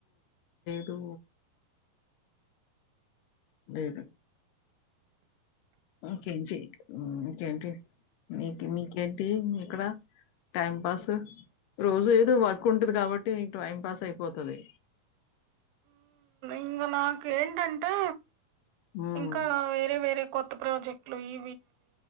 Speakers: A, on the left; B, on the right.
A: తో లేేదా ఇంకేంచె ఇంకేంటి మీకి మీకి ఏంటి ఏక్కడ టైం పాస్ రోజు ఏదో వర్క్ ఉంటది కాబట్టి టైం పాస్ అయిపోతుది
B: ఇంకా మాక్ ఏంటంటే
A: హ్మ్.
B: ఇంకా వేరే వేరే కొత్త ప్రాజెక్ట్లు ఈ